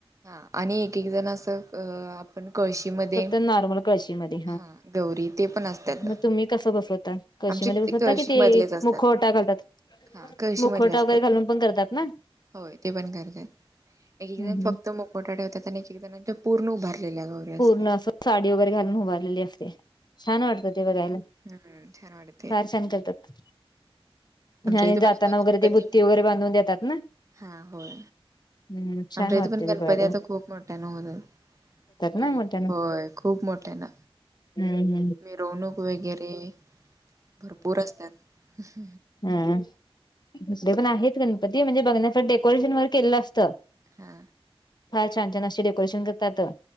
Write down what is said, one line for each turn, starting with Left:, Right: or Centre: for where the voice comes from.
Right: 'हा आणि एक -एक जण असं अ पण कळशीमध्ये
Left: फक्त नॉर्मल कळशीमध्ये
Right: हा गौरी ते पण असत्यात.
Left: मग तुम्ही कसं बसवता कळशीमध्ये
Right: आमच्या इथे
Left: बसवता
Right: कळशीमधलेच
Left: कि ते
Right: असतात.
Left: मुखवटा घालतात
Right: हा कळशी
Left: मुखवटा
Right: मधले असत्यात,
Left: वगैरे घालून पण करतात ना
Right: होय ते पण करत्यात. एक-एक
Left: हम्म
Right: जण फक्त मुखवटा ठेवत्यात आणि एक -एक जणांच्या पूर्ण उभारलेल्या गौरी. असतात.
Left: पूर्ण असं साडी वगैरे घालून उभारलेली असते, छान वाटतं ते बघायला.
Right: हूं.. छान वाटतंय.
Left: फार छान करतात.
Right: आमच्या
Left: आणि
Right: इथं
Left: जाताना
Right: बसतात गणपती
Left: वगैरे ते बुत्ती वगैरे बांधून देतात ना.
Right: हा होय.
Left: हम्म छान
Right: आमच्या इथं
Left: वाटते
Right: पण गणपती
Left: ते बघायला
Right: असं खूप मोठ्यांनं होतात,
Left: ना मोठ्यानं
Right: होय खूप मोठ्यांनं.
Left: हम्म हम्म.
Right: मिरवणूक वगैरे भरपूर असत्यात.
Left: हुं अ.. दुसरे पण आहेत गणपती म्हणजे बघण्यासाठी डेकोरेशन वगैरे केलेलं असतं.
Right: हा.
Left: फार छान- छान अशे डेकोरेशन करतात पण,